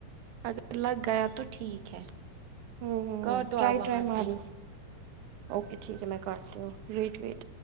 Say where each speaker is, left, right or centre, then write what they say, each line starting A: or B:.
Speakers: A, on the right (about 85°); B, on the right (about 65°).
A: اگر لگ گیا تو ٹھیک ہے
B: ھمم
A: کاٹو
B: ٹرائی
A: آپ وہاں
B: رائی مارنا
A: سے
B: اوکے ٹھیک ہے میں کرتی ہوں ویٹ ویٹ